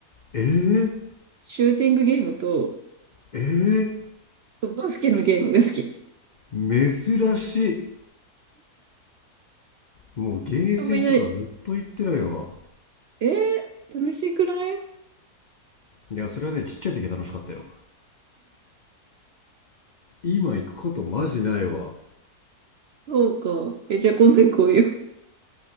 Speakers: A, on the left; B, on the right.
A: えー、
B: シューティングゲームと、
A: え
B: とバスケのゲームが好き。
A: ー、珍しい。もうゲーセンとかずっと行ってないわ。
B: あんまいない。えー、楽しくない
A: いや、それはね、ちっちゃい時は楽しかったよ。今行くことマジないわ。
B: そうか。え、じゃあ今度行こうよ。